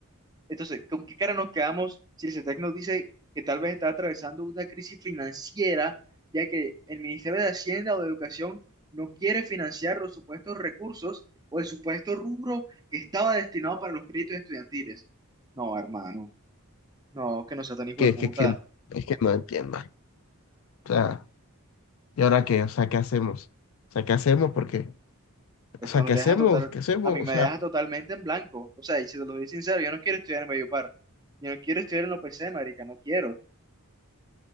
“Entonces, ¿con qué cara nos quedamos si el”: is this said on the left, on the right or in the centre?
Right